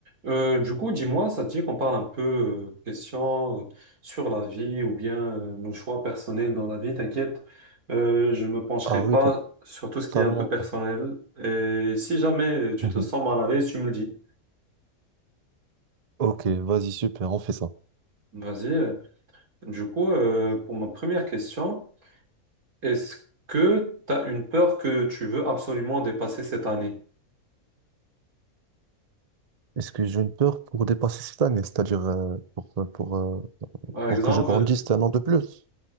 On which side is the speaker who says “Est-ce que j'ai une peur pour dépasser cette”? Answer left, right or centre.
Right